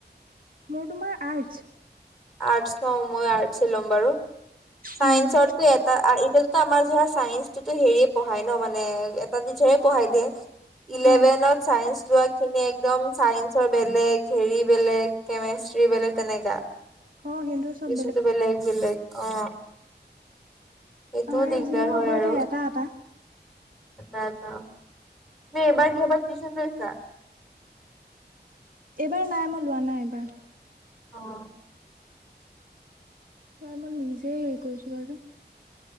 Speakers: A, on the right; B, in the centre.
A: মোৰ তোমাৰ আৰ্টছ।
B: আৰ্টছ ন। মই আৰ্ট লম বাৰু। চাইন্সো
A: উম
B: এটা এতিয়া তো আমাৰ য চাইন্ঞ্চটোতো হেৰিয়ে পঢ়াই ন মানে এটা টিচ্ছেৰে পঢ়াই দিয়ে। ইলেভেনত
A: অ
B: চাইন্ঞ্চ লোৱা খিনি আকদম চ বেলেগ হেৰি বেলেগ কেমেষ্ট্ৰি বেলেগ তেনেকা।
A: অ সিহঁতৰ চব
B: এইছোনত বেলেগ- বেলেগ অ, সেইটো
A: আমাৰ
B: দিগদাৰ
A: যি নহওক
B: হয়
A: বাৰুতে
B: আৰু।
A: এটা এটা
B: এটা - এটা নে এবাৰ কিবাহত টিউছন লৈছা।
A: এইবাৰ নাই, মই লোৱা নাই এইবাৰ।
B: অ',
A: তই, মই নিজে হেৰি কৰিছো বাৰু।